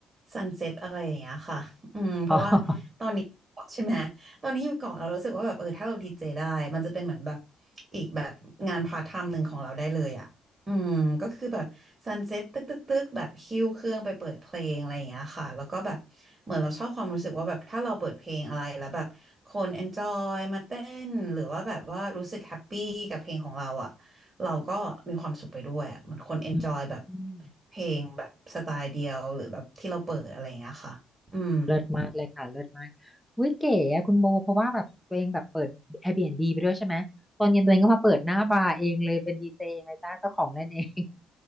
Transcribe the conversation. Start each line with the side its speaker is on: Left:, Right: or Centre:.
Right: ซันเซ็ตอะไรอย่างเงี้ยค่ะอืมเพราะว่าตอนนี้เกาะใช่ไหมตอนนี้อยู่เกาะเรารู้สึกว่าแบบเออถ้าเราดีเจได้มันจะเป็นเหมือนแบบ
Centre: อ๋อ
Right: อีกแบบงานพาร์ทไทม์หนึ่งของเราได้เลยอะ อืมก็คือแบบซันเซ็ตตึกตึกตึกแบบคิวเครื่องไปเปิดเพลงอะไรอย่างเงี้ยค่ะแล้วก็แบบเหมือนเราชอบความรู้สึกว่าแบบถ้าเราเปิดเพลงอะไรแล้วแบบคนเอนจอยมาเต้นหรือว่าแบบว่ารู้สึกแฮปปี้กับเพลงของเราอ่ะเราก็มีความสุขไปด้วยอ่ะเหมือนคนเอนจอยแบบ
Centre: อืม
Right: เพลงแบบสไตล์เดียวหรือแบบที่เราเปิดอะไรอย่างเงี้ยค่ะอืม
Centre: เลิศมากเลยค่ะเลิศมากอุ้ยเก๋อะคุณโบเพราะว่าแบบตัวเองแบบเปิด Airbnb ไปด้วยใช่ไหม ตอนเย็นตัวเองก็มาเปิดหน้าบาร์เองเลยเป็นดีเจเองเลยจ้าเจ้าของเล่นเอง